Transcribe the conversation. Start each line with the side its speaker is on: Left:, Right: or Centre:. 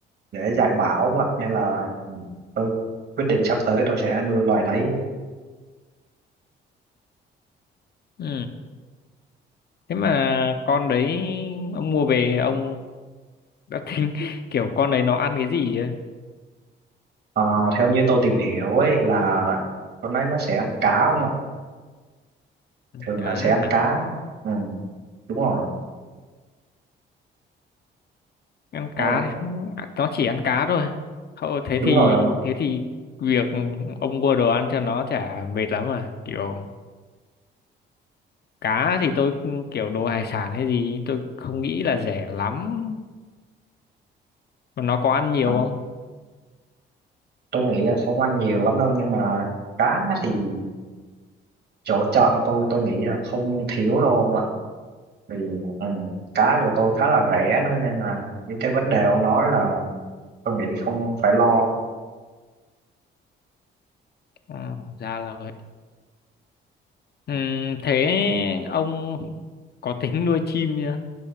Right: dễ dạy bảo không ạ nên là ừ, tôi quyết định sắp tới tôi sẽ nuôi loài đấy
Left: Ừ. Thế mà con đấy ông mua về ông đã tính <laughs> kiểu con đấy nó ăn cái gì chứ?
Right: Ờ, theo như tôi tìm hiểu ấy là con đấy nó sẽ ăn cá không ạ thường
Left: Cá
Right: là sẽ ăn
Left: à?
Right: cá ừ, đúng rồi
Left: Ăn cá
Right: Ờ,
Left: nó chỉ ăn cá thôi. Thôi thế
Right: đúng
Left: thì
Right: rồi không
Left: thế thì việc ông mua đồ ăn cho nó chả mệt lắm à. Kiểu cá thì tôi kiểu đồ hải sản hay gì tôi không nghĩ là rẻ lắm. Mà Nó có ăn nhiều
Right: ạ
Left: không?
Right: tôi nghĩ là không ăn nhiều lắm đâu nhưng mà cá thì chỗ chợ tôi tôi nghĩ là không thiếu đâu ông ạ vì ừ, cá chỗ tôi khá là rẻ nữa nên là những cái vấn đề ông nói là tôi nghĩ không phải lo
Left: Ừ, ra là vậy. Ừ, thế ông có tính nuôi chim chưa?